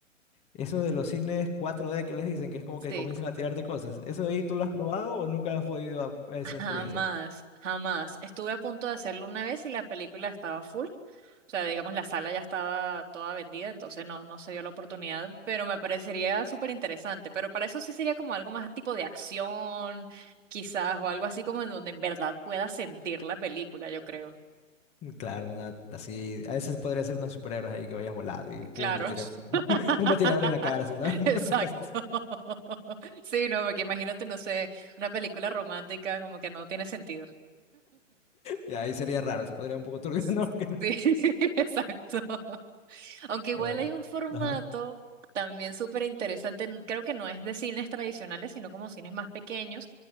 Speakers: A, on the left; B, on the right.
A: Eso de los cines 4D que les dicen, que es como
B: Sí.
A: que comienzan a tirarte cosas, ¿eso de ahí tú lo has probado o nunca has podido a a esa
B: Jamás,
A: experiencia?
B: jamás. Estuve a punto de hacerlo una vez y la película estaba full. O sea, digamos, la sala ya estaba toda vendida, entonces no, no se dio la oportunidad, pero me parecería súper interesante. Pero para eso sí sería como algo más tipo de acción, quizás, o algo así como en donde en verdad pueda sentir la película, yo creo.
A: Mm, Claro, una así, a veces podría ser unos superhéroes ahí que vayas volando y pum,
B: Claro.
A: te tiran un,
B: <laughs>
A: <laughs> un ventilador en la cara, así, ¿no? <laughs>
B: Exacto.
A: Una cosa así.
B: <laughs> Sí, no, porque imagínate, no sé, una película romántica como que no tiene sentido.
A: Y ahí sería raro, se podría un poco turbio,
B: Sí,
A: <laughs> ¿no? Que no.
B: <laughs> exacto. Aunque igual
A: O-
B: hay un formato
A: ajá.
B: también súper interesante, n- creo que no es de cines tradicionales, sino como cines más pequeños,